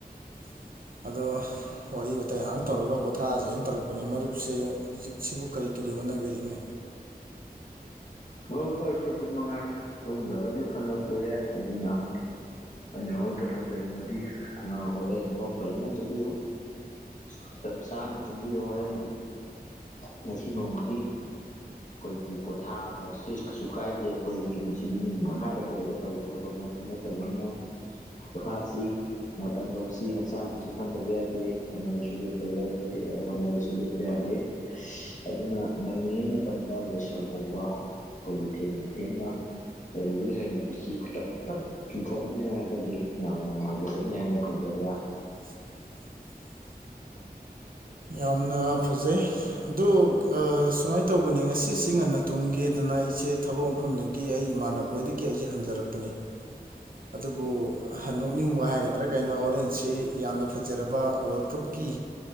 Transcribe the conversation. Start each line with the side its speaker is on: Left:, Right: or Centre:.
Right: <inaudible> ꯑꯗꯣ ꯋꯥꯔꯤ ꯋꯥꯇꯥꯏ ꯍꯥꯛ ꯇꯧꯔꯒ ꯄꯣꯊꯥꯁꯦꯅ ꯇꯧꯔꯛꯄꯅꯦ ꯃꯔꯨꯞꯁꯦ ꯍꯧꯖꯤꯛꯁꯤꯕꯨ ꯀꯔꯤ ꯀꯔꯤ ꯍꯣꯠꯅꯕꯤꯔꯤꯒꯦ
Left: ꯃꯔꯨꯞ ꯑꯩꯁꯨ ꯑꯗꯨꯃꯉꯥꯏ ꯇꯨꯝꯗꯕꯗꯤ ꯐꯅ ꯀꯨꯏꯔꯦ ꯑꯗꯨꯅ ꯑꯩꯅ ꯃꯔꯨꯞꯇ ꯊꯝꯖꯅꯤꯡꯕꯗꯤ ꯑ ꯍꯣꯔꯦꯟꯗꯣ ꯀꯔꯤꯃ ꯇꯨꯝꯕꯤꯌꯨ ꯃꯇꯝꯆꯥꯅ ꯇꯨꯝꯕꯤꯌꯨ ꯍꯣꯔꯦꯟꯗꯤ ꯉꯁꯤ ꯅꯣꯡꯃꯗꯤ ꯈꯣꯏꯒꯤ ꯄꯣꯊꯥꯞ ꯕꯁꯤꯁ ꯀꯩꯁꯨ ꯀꯥꯏꯗꯦ ꯑꯈꯣꯏꯒꯤ ꯃꯁꯤꯗꯤ ꯃꯤꯒꯤ ꯃꯈꯥꯗ ꯂꯩꯔꯒ ꯇꯧꯕ ꯊꯕꯛꯃꯛꯇꯤ ꯅꯠꯇꯕꯅꯤꯅ ꯄꯣꯊꯥꯁꯤ ꯃꯇꯝ ꯂꯧꯁꯤ ꯍꯛꯆꯥꯡ ꯀꯩꯁꯨ ꯈꯟꯗꯕ ꯌꯥꯗꯦ ꯍꯣꯠꯅꯕꯁꯨ ꯂꯦꯞꯇꯕ ꯌꯥꯗꯦ ꯍꯣꯠꯅꯕꯁꯨ ꯂꯦꯞꯄ ꯌꯥꯗ ꯗꯦ ꯑꯗꯨꯅ ꯅꯧꯂꯤꯉꯩ ꯃꯇꯝꯗ ꯂꯣꯏꯁꯜꯍꯧꯕ ꯍꯧꯖꯨ ꯊꯦꯡꯅ ꯊꯦꯡꯅ ꯂꯩꯕꯒꯤ ꯍꯩꯅꯕꯤꯁꯤ ꯈꯤꯇꯪ ꯇꯔꯪ ꯆꯟꯊꯣꯛꯃꯤꯟꯅꯔꯒꯗꯤ ꯌꯥꯝꯅ ꯅꯨꯡꯉꯥꯏꯖꯒꯅꯤ ꯍꯥꯏꯕ ꯑꯝ ꯊꯝꯖꯒꯦ
Right: <unintelligible> ꯌꯥꯝꯅ ꯐꯖꯩ ꯑꯗꯨꯛ ꯑ ꯁꯨꯃꯥꯏ ꯇꯧꯕꯅꯦ ꯉꯁꯤꯁꯤ ꯉꯟꯅ ꯇꯨꯝꯒꯦꯗꯅ ꯑꯩꯁꯦ ꯊꯕꯛ ꯃꯐꯝꯗꯒꯤ ꯑꯩ ꯏꯃꯥꯟꯅꯕꯣꯏꯗꯒꯤ ꯑꯩꯖꯦ ꯍꯟꯖꯔꯛꯄꯅꯦ ꯑꯗꯨꯕꯨ ꯅꯣꯛꯅꯤꯡꯕ ꯍꯥꯏꯒꯗ꯭ꯔꯥ ꯀꯩꯅꯣ ꯍꯣꯔꯦꯟꯁꯤ ꯌꯥꯝꯅ ꯐꯖꯔꯕ ꯋꯥꯔꯜ ꯀꯞꯀꯤ ꯀꯤ